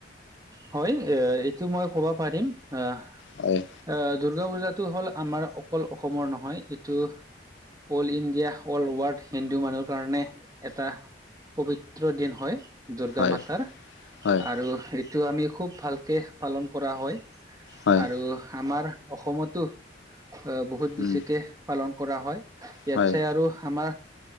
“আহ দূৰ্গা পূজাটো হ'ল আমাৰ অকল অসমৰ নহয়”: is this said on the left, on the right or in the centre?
Right